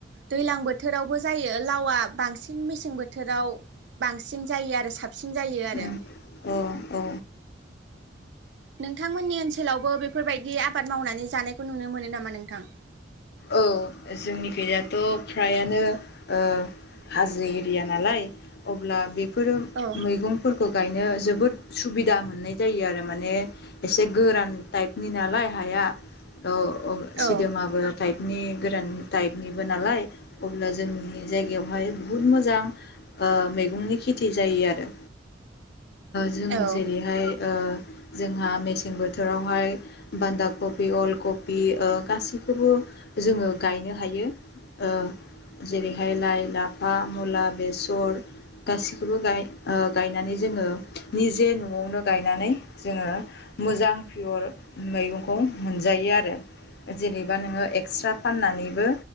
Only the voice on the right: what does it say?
दैज्लां बोथोरावबो जायो लावा बांसिन मेसें बोथोराव बांसिन जायो आरो साबसिन जायो आरो।
नोंथांमोननि ओनसोलावबो बेफोरबायदि आबाद मावनानै जानायखौ नुनो मोनो नामा नोंथां?
औ
औ
औ